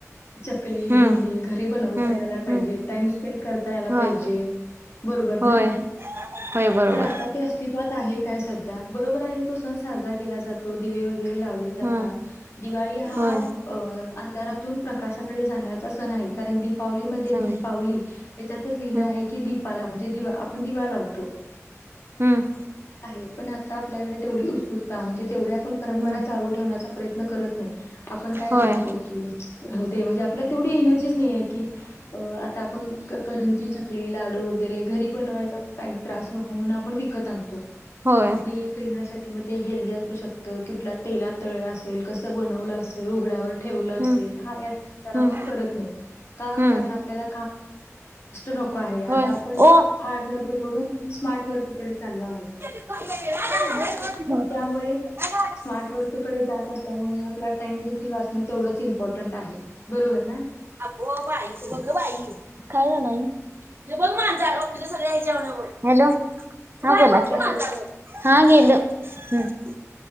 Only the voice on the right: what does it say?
हम्म
हम्म
हम्म
होय
होय
होय बरोबर
हम्म
होय
समय
हम्म
हम
हम्म
होय
होय
हम्म
हम्म
हम्म
होय
ओ
<unintelligible>
हो बघ बाई! खाय का नाही? बघ मांजार ओकिल सगळ ह्यावर हॅलो! <unintelligible> बघ की
मांजार हा गेलं <inaudible>